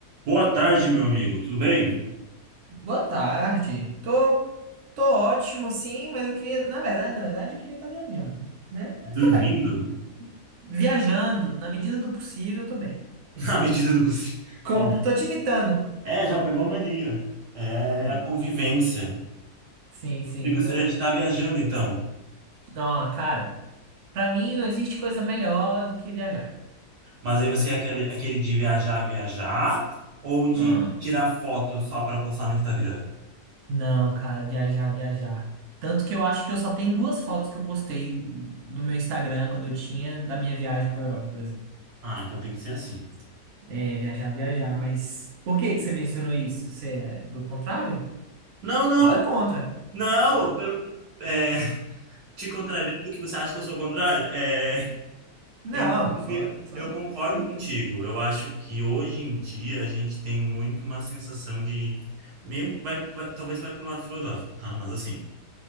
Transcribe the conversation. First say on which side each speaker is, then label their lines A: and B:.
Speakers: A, on the right (about 75°); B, on the right (about 55°).
A: Boa tarde, meu amigo. Tudo bem?
B: Boa tarde. Tô, tô ótimo, sim, mas eu queria, na verdade, na verdade, eu queria estar viajando, né? Mas
A: Dormindo?
B: tô bem. Viajando, na medida do possível, eu tô bem.
A: <laughs> Na medida do possível.
B: Como,
A: Ó,
B: tô te imitando.
A: é, já pegou a mania. É
B: Foi.
A: a convivência.
B: Sim, sim,
A: Você gostaria
B: tô.
A: de estar viajando, então.
B: Não, cara, pra mim não existe coisa melhor do que viajar.
A: Mas aí você é aquele, aquele de viajar, viajar? Ou de
B: Ah,
A: tirar foto só para postar no Instagram?
B: não, cara, viajar, viajar. Tanto que eu acho que eu só tenho duas fotos que eu postei do meu Instagram quando eu tinha da minha viagem pra Europa, por exemplo.
A: Ah, então tem que ser assim.
B: É, viajar, viajar, mas por que que você mencionou isso? Você é do contrário?
A: Não, não,
B: Nada contra.
A: não. Pelo, é, <laughs> te contrariando que você acha que eu sou o contrário? É,
B: Não,
A: Inclusive,
B: só, só
A: eu concordo
B: perguntei.
A: contigo. Eu acho que hoje em dia a gente tem muito uma sensação de meio vai, vai- talvez vai pro lado filosófico, tá? Mas assim,